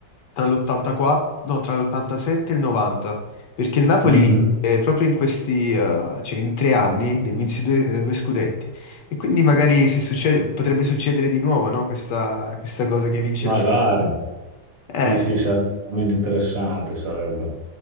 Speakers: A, on the left; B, on the right.
A: tra l'84, no, tra l'87 e il 90, perché il Napoli
B: Mhm.
A: vinse proprio in questi, eh, cioè in tre anni, ne vinse due, eh, due scudetti. E quindi magari se succede, potrebbe succedere di nuovo, no? Questa, questa cosa che vince
B: Magari.
A: lo scudetto. Eh,
B: Sì, sì, sarebbe interessante, sarebbe.